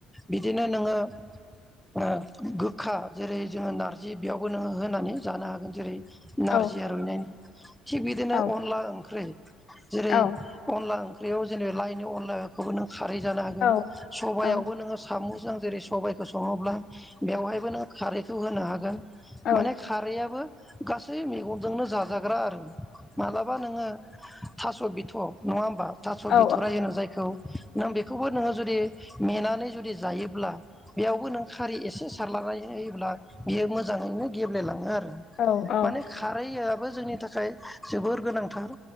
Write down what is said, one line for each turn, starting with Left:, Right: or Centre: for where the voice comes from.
Centre: बिदिनो नोङो ओ गोखा जेरै जोङो नारजि बेयावबो नोङो होनानै जानो हागोन जेरै नारजिया
Left: औ
Centre: रुइनायनि थिग बिदिनो
Left: औ
Centre: अनला ओंख्रै जेरै
Left: औ
Centre: अनला ओंख्रैयाव जेने लाइनि अनलाखौबो नों खारै जानो हागोन
Left: औ
Centre: सबायाव
Left: औ
Centre: याव बो नोङो सामुजों जेरै सबायखौ सङोब्ला बेहायबो खारैखौ होनो हागोन
Left: औ
Centre: माने बे खारैआाबो गासै मेगंजोंनो जाजाग्रा आरो मालाबा नोङो थास' बिथ' नङा होमबा थास'
Left: औ
Centre: बिथ'राय होनो जायखौ नों बेखौ बो नोङो जुदि मेनानै जुदि जायोब्ला बेयावबो नों खारि एसे सारलनानै होयोब्ला बियो मोजाङैनो गेब्लेलाङो आरो
Left: औ औ
Centre: माने खारैआबो जोंनि थाखाय जोबोर गोनां थार